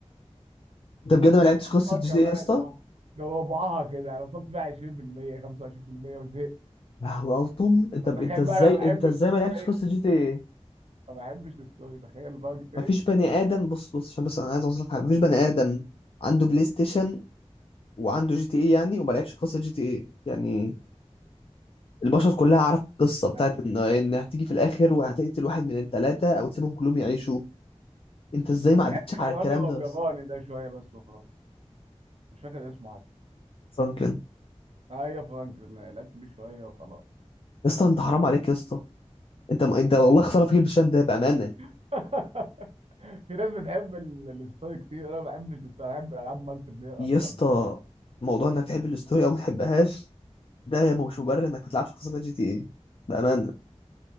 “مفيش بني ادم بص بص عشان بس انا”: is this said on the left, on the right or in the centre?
Left